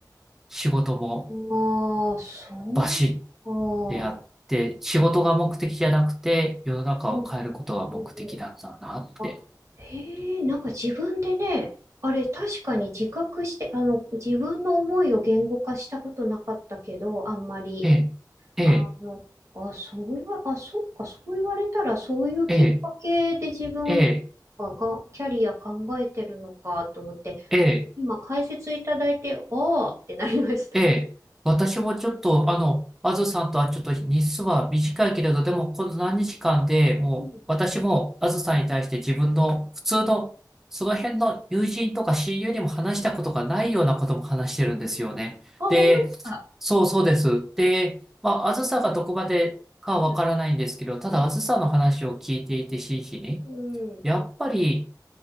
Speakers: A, in the centre; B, on the right.
A: 仕事も
B: まあ、そうか。
A: バシッてやって、仕事が目的じゃなくて、世の中を変えることが目的なんだなって。
B: うん、うん、うん。あ、へえ、なんか自分でね、あれ、確かに自覚して、あの、自分の思いを言語化したことなかったけど、あんまり。
A: ええ、ええ、
B: あの、あ、そう言わ、あ、そっか、そう言われたら、そういうきっかけで自分が、
A: ええ、え
B: がキャリア考えてるのかと思って、
A: え、ええ
B: 今解説いただいて、ああってなりました。
A: ええ、私もちょっと、あの、あずさんとはちょっと日数は短いけれど、でもこの何日間でもう、
B: うん。
A: 私もあずさんに対して自分の普通の、その辺の友人とか親友にも話したことがないようなことも話してるんですよね。
B: あ、
A: で、
B: 本当ですか。
A: そうそうです。で、まあ、あずさんがどこまでかはわからないんですけど、
B: はい、
A: ただあずさんの話を聞いていて真摯に、
B: はい。うん。
A: やっぱり